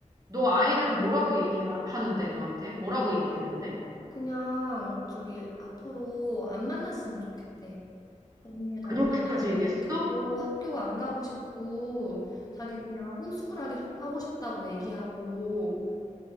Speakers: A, on the right (about 30°); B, on the left (about 30°).
A: 너 아이는 뭐라고 얘기하는데 너한테? 뭐라고 얘기했는데?
B: 그냥 저기 앞으로 안 만났으면 좋겠대. 언니 애들
A: 그렇게까지
B: 안 만났으면
A: 얘기했어?
B: 좋겠고 학교 안 가고 싶고 자기 그냥 홈스쿨 하게 하고 싶다고 얘기하고